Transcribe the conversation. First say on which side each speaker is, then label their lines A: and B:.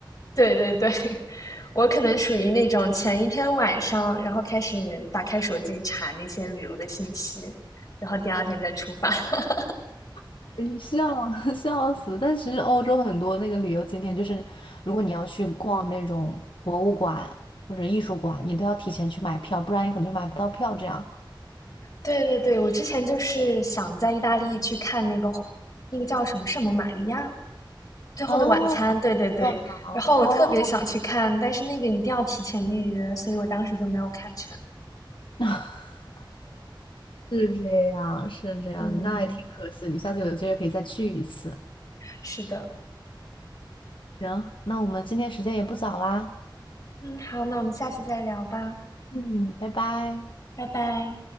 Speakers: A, on the left; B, on the left.
A: 对对对，<laughs> 我可能属于那种前一天晚上，然后开始打开手机查那些旅游的信息，然后第二天再出发。<laughs>
B: <laughs> 笑 <laughs> 笑死。但其实欧洲很多那个旅游景点，就是如果你要去逛那种博物馆或者艺术馆，你都要提前去买票，不然你可能就买不到票。这样
A: 对对对，我之前就是想在意大利去看那个那个叫什么圣母玛利亚最后的晚餐，
B: 哦，
A: 对对对，
B: 教堂哦哦，
A: 然后我特别想去看，但是那个一定要提前预约，所以我当时就没有看成。
B: <laughs> 是这样是这样，
A: 嗯，
B: 那还挺可惜。你下次有机会可以再去一次。
A: 是的。
B: 行，那我们今天时间也不早啦。
A: 嗯，好，那我们下次再聊吧，
B: 嗯，拜拜。
A: 拜拜。